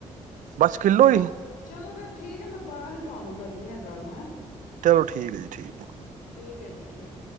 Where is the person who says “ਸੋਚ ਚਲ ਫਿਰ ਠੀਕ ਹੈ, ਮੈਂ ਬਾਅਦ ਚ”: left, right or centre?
Left